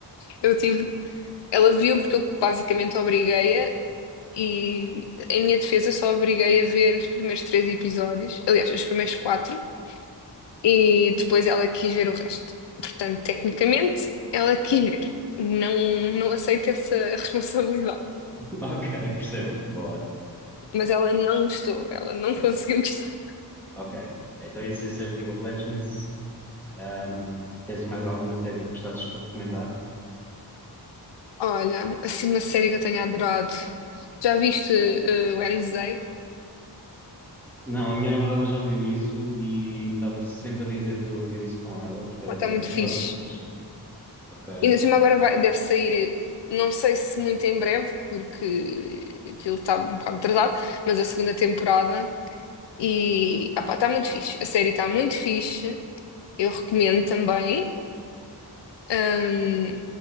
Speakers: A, on the left; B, in the centre.
A: Eu tive... Ela viu porque eu basicamente obriguei-a e, em minha defesa, só obriguei a ver os primeiros três episódios. Aliás, os primeiros quatro. E depois ela quis ver o resto. Portanto, tecnicamente, ela quis ver. Não, não aceito essa <laughs> responsabilidade.
B: Ok, <laughs> percebo. Boa.
A: Mas ela não gostou, ela não <laughs> conseguiu gostar.
B: Ok. Então, isso se dizer League of Legends, ahm, tens mais alguma série que gostasses de recomendar?
A: Olha, assim uma série que eu tenho adorado. Já viste eh, Wednesday?
B: Não, a minha namorada já viu isso e está-me sempre a dizer para eu ver isso com ela, porque ela
A: Pá, está
B: quer
A: muito
B: ver
A: fixe.
B: outra vez. Ok.
A: E ainda cima agora vai- deve sair, eh, não sei se muito em breve, porque aquilo está um bocado atrasado, mas a segunda temporada. E ah, pá, está muito fixe. A série está muito fixe. Eu recomendo também. Ahm,